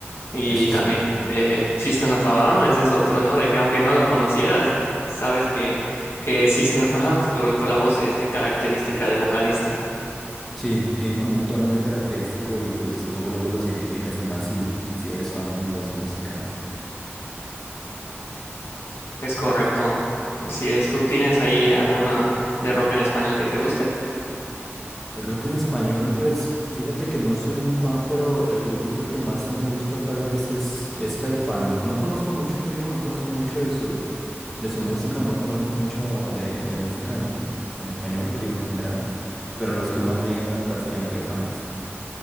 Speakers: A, on the left (about 60°); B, in the centre.
A: Y
B: eso
A: también
B: sí.
A: eh, System of a Down, ese es otro, ¿no? De que aunque no lo conocieras, sabes que, que es System of a Down por, por la voz este, característica del vocalista.
B: Sí, tienen como un tono muy característico y pues luego luego los identificas y más si, si eres fan como de su música.
A: Es correcto. Así es. ¿Tú tienes ahí alguna de rock en español que te guste?
B: El rock en español, pues fíjate que no soy muy fan, pero el grupito que más me gusta tal vez es, es Caifanes. No conozco mucho, te digo, no conozco mucho de su, de su música o no conozco mucho de, de música en, en español, te digo en general, pero los que más me llegan a gustar serían Caifanes.